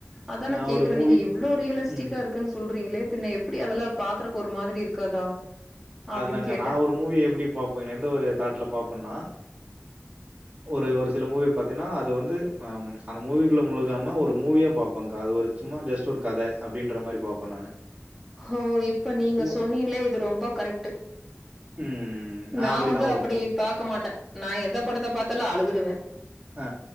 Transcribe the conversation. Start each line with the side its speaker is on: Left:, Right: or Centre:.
Centre: அதா
Right: நான்
Centre: நா கேக்குறே
Right: ஒரு மூவி
Centre: நீங்க எவ்ளோ ரியலிஸ்டிக்கா
Right: ம்
Centre: இருக்குன்னு சொல்றீங்களே பின்ன எப் ப்டி அதெல பாக்குறக்கு ஒரு மாதிரி இருக்காதா அப்படின்னு
Right: அதுதாக்க
Centre: கேட்டேன்.
Right: நா ஒரு மூவிய எப்டி பாப்பே எந்த ஒரு தாட்ல பாப்பன்னா ஒரு ஒரு சில மூவி பாத்தீன்னா அது வந்து அம் அந்த மூவிக்குள்ள முழுகாம ஒரு மூவியா பாப்பக்கா அது சும்மா ஜஸ்ட் ஒரு கதை அப்டின்ற மாரி பாப்ப நானு
Centre: ஹோ இப்ப நீங்க
Right: ஓ
Centre: சொன்னீல இது ரொம்ப கரெக்ட்
Right: ம் நான்
Centre: நா
Right: அப்டிதான்
Centre: வந்து
Right: ஒரு
Centre: அப்டி
Right: மூ
Centre: பாக்க மாட்ட நா எந்த படத்த பாத்தாலு அழுதுடுவ
Right: ஆ